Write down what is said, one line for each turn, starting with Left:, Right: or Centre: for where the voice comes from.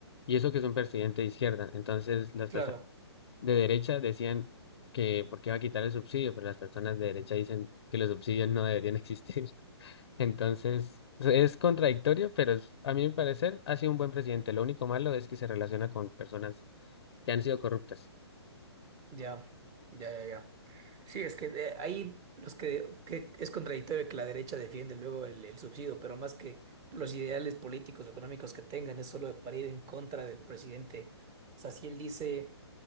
Left: Y eso que es un presidente de izquierda. Entonces las
Right: Claro,
Left: personas de derecha decían que por qué va a quitar el subsidio, pero las personas de derecha dicen que los subsidios no deberían existir. <laughs> Entonces, es contradictorio, pero es- a mi parecer ha sido un buen presidente. Lo único malo es que se relaciona con personas que han sido corruptas.
Right: ya, ya, ya, ya. Sí, es que eh, ahí los que, que es contradictorio que la derecha defiende luego el, el subsidio, pero más que por los ideales políticos o económicos que tengan, es solo para ir en contra del presidente. O sea, si él dice